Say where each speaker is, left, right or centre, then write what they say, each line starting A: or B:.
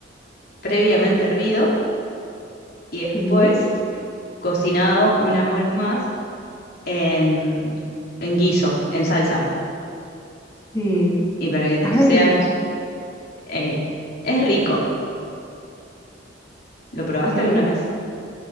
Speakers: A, on the left; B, on the left.
A: previamente hervido y después
B: Sí,
A: cocinado unas horas más en, en guiso, en salsa.
B: sí.
A: Y para que te-
B: Ay,
A: sea... ey, es rico. ¿Lo probaste
B: sí.
A: alguna vez?